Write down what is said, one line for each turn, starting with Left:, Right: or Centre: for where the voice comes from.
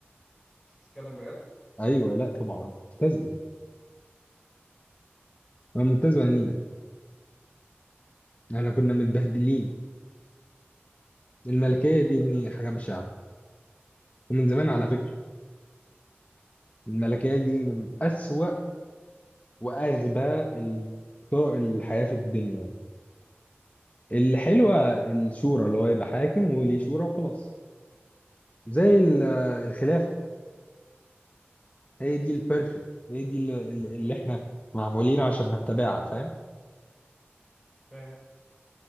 Centre: أنت بتتكلم بجد؟
Left: ايوه لا طبعا ممتاز ايه أنا ممتاز بعنينا احنا كنا متبهدلين الملكيه دي ابني حاجه بشعه ومن
Centre: مم.
Left: زمان على فكره الملكيه دي من اسوأ واغبى ال- طرق الحياه في الدنيا يعني. الحلوه الشورى اللي هو يبقى حاكم وليه شورى وخلاص زي ال- الخلافه هي دي البيرفكت هي دي اللي, اللي احنا معمولين عشان نتبعها فاهم
Centre: فاهم